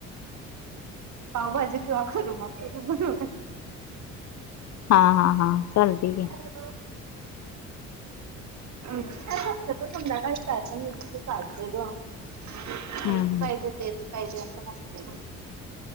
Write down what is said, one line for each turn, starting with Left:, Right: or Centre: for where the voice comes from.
Right: पावबाजी कवा कररू मग.
Left: हा हा हा चालते की
Right: हॅलो <inaudible> त त संा काही काय पणस चालतोय ग. हेच
Left: हम्म
Right: पाहिजे तेच पाहिजे असं नसत.